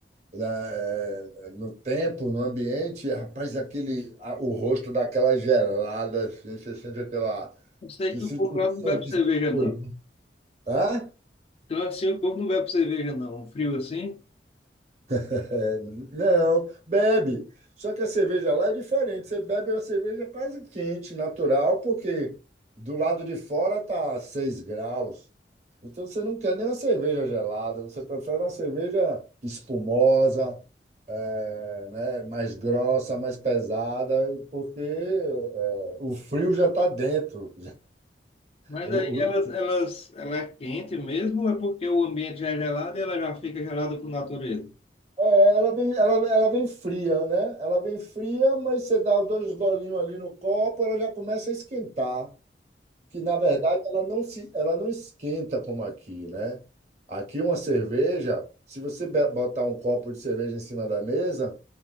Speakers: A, on the right; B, on the left.
A: na, eh, no tempo, no ambiente, e, rapaz, aquele, a- o rosto daquela gelada, assim, você sente aquela.
B: Eu sei
A: Você
B: que
A: sente
B: o povo
A: um
B: lá
A: sangue
B: não bebe cerveja,
A: circulando.
B: não.
A: Hã?
B: Então, assim, o povo não bebe cerveja, não. Um frio assim.
A: É, não, bebe. Só que a cerveja lá é diferente. Você bebe uma cerveja quase quente, natural, porque do lado de fora tá 6 graus. Então você não quer nem uma cerveja gelada, você prefere uma cerveja espumosa, é, né, mais grossa, mais pesada, porque é, o frio já está dentro.
B: Mas
A: O-
B: aí elas,
A: o-
B: elas, ela é quente mesmo, ou é porque o ambiente já é gelado e ela já fica gelada por natureza?
A: é, ela vem, ela, ela vem fria, né? Ela vem fria, mas você dá dois golinhos ali no copo, ela já começa a esquentar. que na verdade ela não se, ela não esquenta como aqui, né? Aqui uma cerveja, se você be- botar um copo de cerveja em cima da mesa,